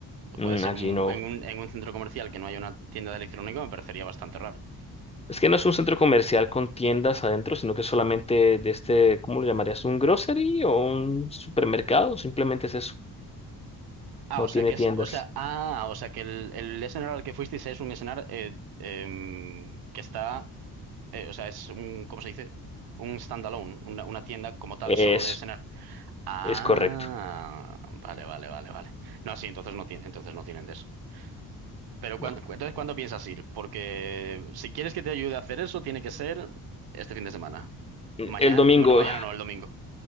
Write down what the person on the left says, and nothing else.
Mm,
Allí
no.
Es que no es un centro comercial con tiendas adentro, sino que es solamente de este, ¿cómo lo llamarías? ¿Un grocery o un supermercado? Simplemente es eso.
No
tiene
tiendas.
Es,
es correcto.
No.
El
domingo,